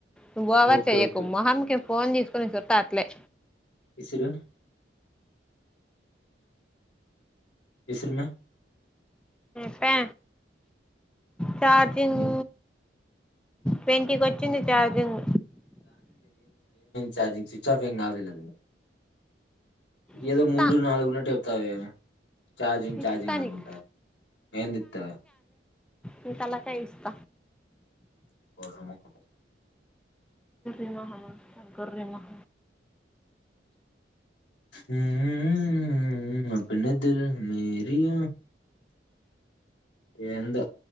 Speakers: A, in the centre; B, on the left (about 80°).
A: నువ్వు బఓవర్
B: ఓకే
A: చెయ్యకు
B: ఓకే.
A: మొహంకి ఫోన్ తీసుకుొని చ తత్లే
B: ఇస్ర ఇస్రమ
A: ప్పా చార్జింగ్
B: హ్మ్.
A: ట్వంటికి వచ్చింది చార్జింగ్
B: చార్జింగ్ స్విచ్ ఆఫ్ ఎంగ్నా ఆవదులేదు
A: ఇస్తా
B: ఏదో మూడు నాలుగున్నట్టు చెప్తావ చార్జింగ్ చార్జింగ్
A: ఇస్తా
B: అనుకుంట
A: నీకు
B: ఏం తిస్తావ
A: మీ తలా కాయ ఇస్త
B: పో మాకు
A: ీ మహ శంకర రీమహ
B: <unintelligible> ఎంత